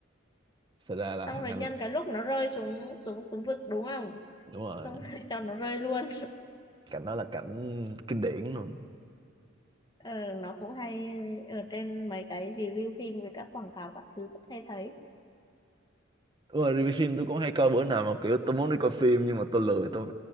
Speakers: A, on the right; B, on the left.
A: xảy ra là
B: xong
A: thằng
B: rồi
A: anh
B: nhân cái lúc nó rơi xuống xuống xuống vực đúng không
A: đúng rồi
B: xong rồi cho nó rơi luôn
A: cảnh đó là cảnh kinh điển luôn
B: Ờ, nó cũng hay ở trên mấy cái review phim với các quảng cáo các thứ vẫn hay thấy
A: Đúng rồi, review phim tôi cũng hay coi bữa nào mà kiểu tôi muốn đi coi phim nhưng mà tôi lười tôi